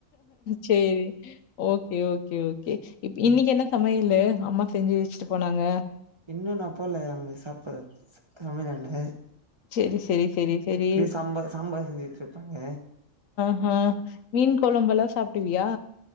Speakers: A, on the left; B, on the right.
A: சேரி ஓகே ஓகே ஓ கே இன்னைக்
B: ம்
A: என்ன சமய இல்ல அம்மா செஞ்சு வச்சுட்டு போனாங்க
B: இன்னு நா போல அங்க சாப்பறது சமையலாண்ட
A: சரி, சரி, சரி, சரி.
B: இ சாம்பா சாம்பார் செஞ்சிட்ருப்பாங்க
A: ஆ மீன் கொழம்பல்லா சாப்டுவியா